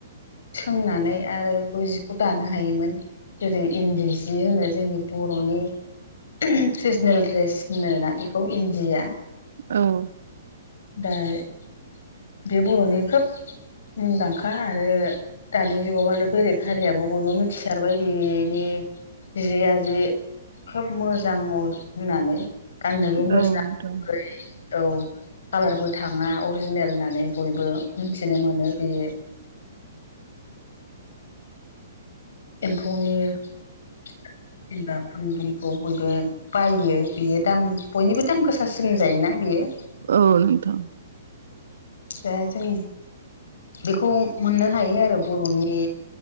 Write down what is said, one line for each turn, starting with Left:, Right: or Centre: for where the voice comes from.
Left: सोंनानै आरो बेखौ जिखौ दानो हायोमोन जेरै इन्दि सि होनो जोंनि बर'नि ट्रेडिसनेल ड्रेस होनोना बेखौ इन्दिया
Right: औ।
Left: <unintelligible> बे बर'नि खोब मुंदांखा। आरो दानि जुगावहाय बेलेख हारियाबो बयबो मिथिसारबाय बिनि जि आ जिे खोब मोजां होननानै गाननोबो मोजां
Right: औ नोंथां
Left: ओनफाय औ कालारबो थाङा अरिजिनेल होननानै बयबो मिथिनो मोनो बे एम्फौनि जेनबा खुन्दुंखौ बयबो बायो बेयो दाम बयनिबो दाम गोसासिन जायोना बेयो
Right: औ नोंथां
Left: दा जों बेखौ मोननो हायो आरो बर'नि